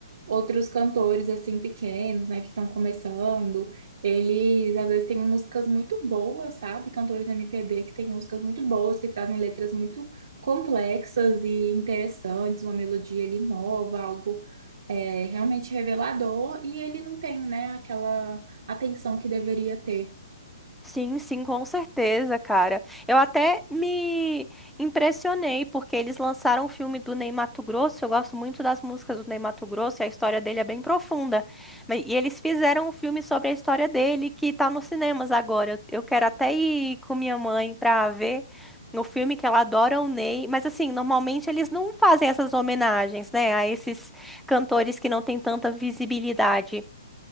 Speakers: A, on the right; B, in the centre.
A: outros cantores assim pequenos, né, que estão começando, eles às vezes têm músicas muito boas, sabe? Cantores MPB que têm músicas muito boas, que trazem letras muito complexas e interessantes, uma melodia ali nova, algo é, realmente revelador, e ele não tem, né, aquela atenção que deveria ter.
B: Sim, sim, com certeza, cara. Eu até me impressionei porque eles lançaram o filme do Ney Matogrosso. Eu gosto muito das músicas do Ney Matogrosso e a história dele é bem profunda. Mas- E eles fizeram um filme sobre a história dele que tá nos cinemas agora. Eu eu quero até ir com minha mãe pra ver no filme que ela adora o Ney. Mas assim, normalmente eles não fazem essas homenagens, né, a esses cantores que não têm tanta visibilidade.